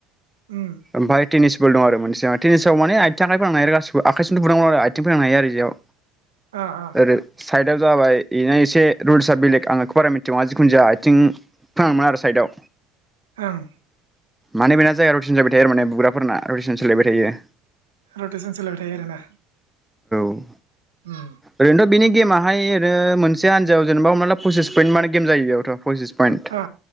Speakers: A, on the right; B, in the centre.
A: उम
B: ओमफ्राय टेनिस दं आरो मोनसे टेनिसाव माने आथिं आखाइ फोनांनो हायो आरो गासिबो आखाइजों दं आरो आइथिं फैनांनो हायो आरो बेयाव
A: अ अ
B: ओरै साइदाव जाबाय इना एसे रुल्सआ बेलेग आं बेखौ बारा मिथि आथिङा जिखुनदिया आथिं फोनांनोमोना आरो साइदआव
A: ओं
B: माने बेना जाया रुटिन सोलायबाय थायो आरो माने बुग्राफोरना रुटेसन सोलायबाय थायो
A: रटेसन सोलायबाय था फिथाय आरोना
B: औ
A: औ।
B: ओरैनोथ' बिनि गेमाहाय ओरो मोनसे हान्जायाव जेनेबा हमना ला पसिस पइन्ट मार गेम जायो बेयावथ' पसिस पइन्ट
A: अ